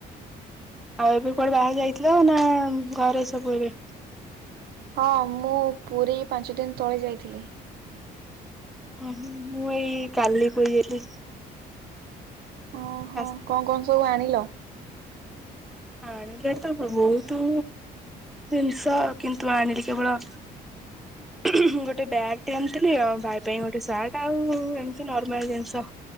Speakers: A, in the centre; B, on the right.
A: ଆଉ ଏବେ କୁଆଡେ ବାହାର ଯାଇଥିଲ ନା ଘରେ ସବୁ ଏବେ।
B: ହଁ ମୁଁ ପୁରୀ ପାଞ୍ଚ ଦିନ ତଳେ ଯାଇଥିଲି।
A: ଓହୋ ମୁଁ ଏଇ କାଲି ପୁରୀ ଯାଇଥିଲି।
B: ଓହୋ
A: ଆସିଥିଲି।
B: କଣ କଣ ସବୁ ଆଣିଲ।
A: ଆଣିଲେ ତମ ବହୁତୁ ଜିନିଷ କିନ୍ତୁ ଆଣିଲି କେବଳ
B: <inaudible>
A: ହୁଁ ଗୋଟେ ବ୍ୟାଗ୍ ଟେ ଆଶିଥିଲି ଆଉ ଭାଇ ପାଇଁ ଗୋଟେ ସାର୍ଟ ଆଉ ଏମତି ନର୍ମାଲ ଜିନିଷ